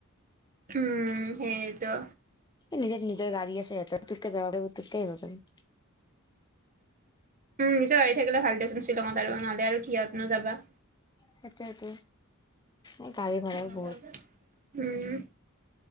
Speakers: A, on the right; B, on the left.
A: উমঁ সেইৱেটো।
B: নিজে নিজৰ গাড়ী আছে এতাককে পুটুককে যাব পাৰি পুটুককে আহিব পাৰি।
A: উমঁ নিজৰ গাড়ী থাকিলে ভাল দেচোন শ্বিলঙত আৰু নহ'লে আৰু কিহতনোযাবা।
B: সেইটোৱেটো। এই গাড়ী ভাড়াও
A: উমঁ
B: বহুত
A: হুম